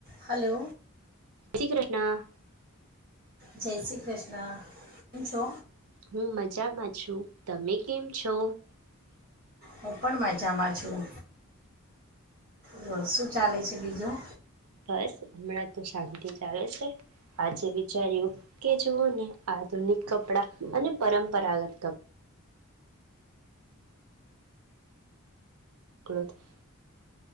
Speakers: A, on the right (about 40°); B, on the right (about 85°).
A: Hello
B: જય શ્રી કૃષ્ણ.
A: જય શ્રી કૃષ્ણ કેમ છો?
B: હું મજામાં છું. તમે કેમ છો?
A: હું પણ મજામાં છું બ શું ચાલે છે બીજું
B: બસ હમણાં તો શાંતિ ચાલે છે. આજે વિચાર્યું કે જુવોઓ ને આધુનિક કપડાં અને પરંપરાગત કપડાં <unintelligible>